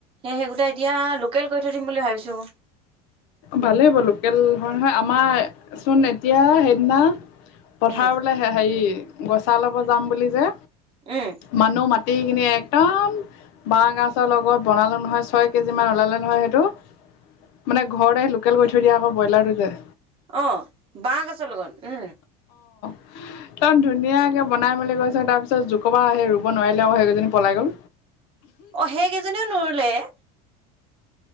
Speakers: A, on the right; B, on the left.
A: সেই গিটা এতিয়া লোকেল কৰি থৈ দিম বুলি ভাবিছোঁ।
B: ভালেই হ'ব লোকেল হয় নহয়, আমাৰ চোন এতিয়া সেইদিনা পথাৰ
A: উম
B: বোলে হেৰি গছা লব যাম বুলি যে,
A: উম
B: মানুহ মাতি এইখিনি একদম বাঁহ গছৰ লগত বনালো নহয় ছয় কেজি মান ওলালে নহয় সেইটো। মানে ঘৰতে লোকেল কৰি থৈ দিয়া আকৌ বইলাৰটো যে।
A: অ', বাঁহ গছৰ লগত? উম'।
B: <unintelligible> একদম ধুনীয়াকে বনাই মেলি গৈছে তাৰপিছত জু কবা আহি ৰুব নোৱাৰিলে আৰু সেইকেইজনী পলাই গ'ল।
A: অ', সেইকেইজনীও নৰুলে?